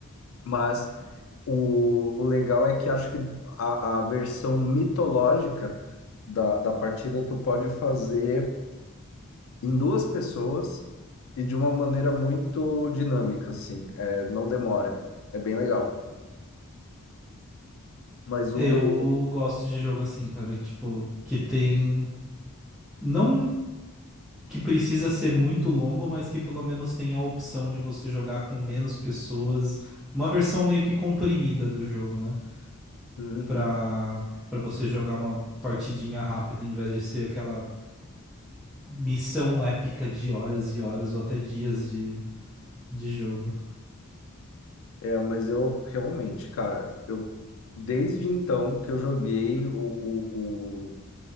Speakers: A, on the left; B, in the centre.
A: Mas O, o legal é que acho que a, a versão mitológica da, da partida tu pode fazer em duas pessoas e de uma maneira muito dinâmica, assim, é, não demora, é bem legal. Mas
B: Eu
A: o.
B: gosto de jogo assim, cara, tipo, que tem, não que precisa ser muito longo, mas que pelo menos tem a opção de você jogar com menos pessoas, uma versão meio que comprimida do jogo, né?
A: Uhum.
B: Pra, pra você jogar uma partidinha rápida em vez de ser aquela missão épica de horas e horas ou até dias de, de jogo.
A: é, mas eu realmente, cara, eu desde então que eu joguei o, o, o-